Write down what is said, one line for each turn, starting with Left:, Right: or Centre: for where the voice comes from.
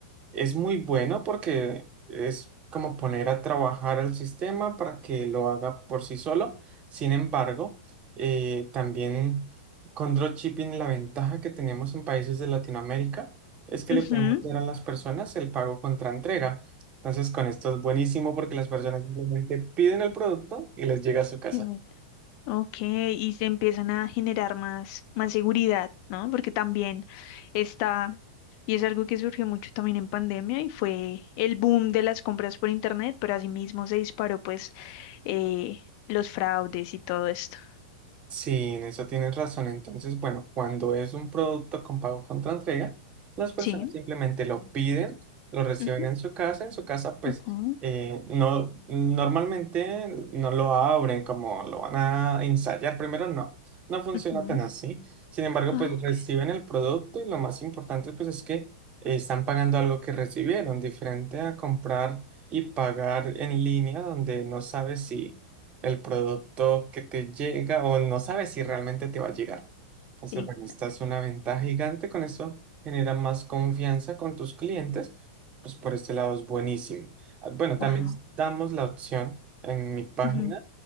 Right: es muy bueno porque es como poner a trabajar al sistema para que lo haga por sí solo. Sin embargo, eh, también con dropshipping la ventaja que tenemos en países de Latinoamérica es que
Left: Ujú.
Right: le podemos dar a las personas el pago contra entrega. Entonces, con esto es buenísimo porque las personas simplemente piden el producto y les llega a su casa.
Left: Bien, Ok, y se empiezan a generar más, más seguridad, ¿no? Porque también está, y es algo que surgió mucho también en pandemia, y fue el boom de las compras por internet, pero asimismo se disparó pues eh, los fraudes y todo esto.
Right: Sí, en eso tienes razón. Entonces, bueno, cuando es un producto con pago contra entrega, las personas
Left: Sí.
Right: simplemente lo piden, lo reciben
Left: Ujú,
Right: en su casa. En su casa, pues,
Left: ujú,
Right: eh, no, normalmente no lo abren como lo van a ensayar. Primero, no, no funciona
Left: ujú.
Right: tan así. Sin embargo,
Left: Ah,
Right: pues reciben
Left: ok.
Right: el producto y lo más importante, pues, es que eh, están pagando algo que recibieron, diferente a comprar y pagar en línea, donde no sabes si el producto que te llega o no sabes si realmente te va a llegar. Entonces,
Left: Sí,
Right: bueno, esta es una ventaja gigante, con eso genera más confianza con tus clientes, pues por este lado es buenísimo. Ah, Bueno, también
Left: wow.
Right: damos la opción en mi página
Left: Ujú,